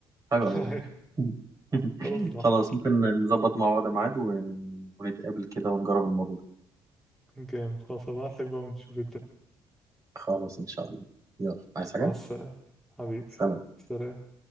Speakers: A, on the right; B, in the centre.
A: حلو
B: <laughs>
A: أوي
B: ايوه
A: <laughs>
B: رز احمر
A: خلاص ممكن نظبط مع بعض ميعاد و... ونتقابل كده ونجرب الموضوع ده
B: جامد خلاص هبعتلك بقى ونشوف الدنيا
A: خلاص إن شاء الله يلا عايز حاجة؟
B: مع السلامة حبيبي
A: سلام
B: سلام